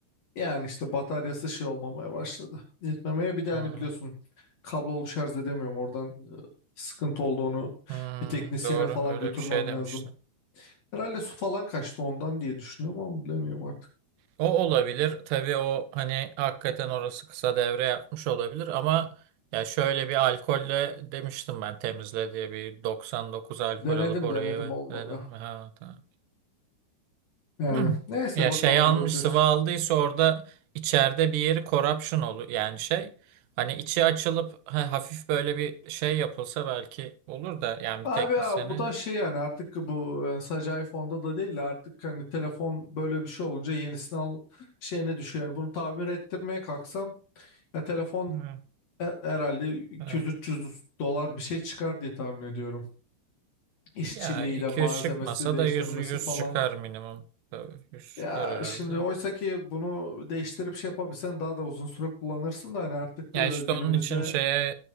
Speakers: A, on the left; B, on the right.
A: yani işte bataryası şey olmamaya başladı. Yetmemeye bir de
B: Hı
A: hani biliyorsun kablolu şarj edemiyorum oradan e, sıkıntı oldu onu
B: hı.
A: bir teknisyene
B: Doğru
A: falan
B: öyle
A: götürmem
B: bir şey demiştim.
A: lazım. Herhalde su falan kaçtı ondan diye düşünüyorum ama bilemiyorum artık.
B: O olabilir. Tabii o hani hakikaten orası kısa devre yapmış olabilir ama ya şöyle bir alkolle demiştim ben temizle diye bir 99 alkol
A: Denedim
B: alıp orayı
A: denedim
B: ve
A: olmadı.
B: dedin mi? Ha, tamam.
A: Yani
B: <clears throat>
A: neyse
B: Ya
A: bakalım
B: şey almış
A: göreceğiz.
B: sıvı aldıysa orada içeride bir yeri corruption olur yani şey hani içi açılıp ha- hafif böyle bir şey yapılsa belki olur da yani
A: Abi
B: bir teknisyene.
A: ya, bu da şey yani artık bu yani sadece iPhone'da da değil de artık hani telefon böyle bir şey olunca yenisini al şeyine düşüyor. Yani bunu tamir ettirmeye kalksam ya telefon
B: Evet,
A: Her- Herhalde 200-300
B: evet.
A: dolar bir şey çıkar diye tahmin ediyorum. İşçiliği
B: Ya 200
A: de malzemesi
B: çıkmasa
A: değiştirmesi
B: da 100 100
A: falan.
B: çıkar minimum. Tabii 100
A: Ya
B: çıkar herhalde.
A: şimdi oysa ki bunu değiştirip şey yapabilsen daha da uzun süre kullanırsın da hani artık
B: Ya
A: e,
B: işte
A: günümüzde
B: onun için şeye